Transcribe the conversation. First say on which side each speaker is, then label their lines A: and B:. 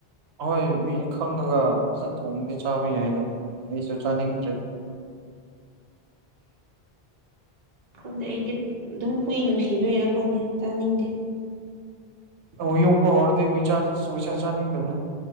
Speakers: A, on the right; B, on the right.
A: ꯑꯍꯣꯏ ꯃꯤ ꯈꯪꯉꯒ ꯐꯖꯅ ꯊꯣꯡꯕꯥꯗꯤ ꯆꯥꯕ ꯌꯥꯏꯕꯥꯀꯣ ꯑꯗꯨꯕꯨ ꯑꯩꯁꯨ ꯆꯥꯅꯤꯡꯗ꯭ꯔꯦ
B: ꯈꯪꯗꯦ ꯑꯩꯗꯤ ꯑꯗꯨꯝ ꯍꯨꯏ ꯅꯨꯡꯁꯤꯗꯣꯏꯔꯥ ꯈꯪꯗꯦ ꯆꯥꯅꯤꯡꯗꯦ
A: ꯍꯨꯏ ꯌꯣꯛꯄ ꯍꯧꯔꯗꯤ ꯍꯨꯏꯆꯥ ꯍꯨꯏꯁꯥ ꯆꯥꯅꯤꯡꯇꯕꯅꯦ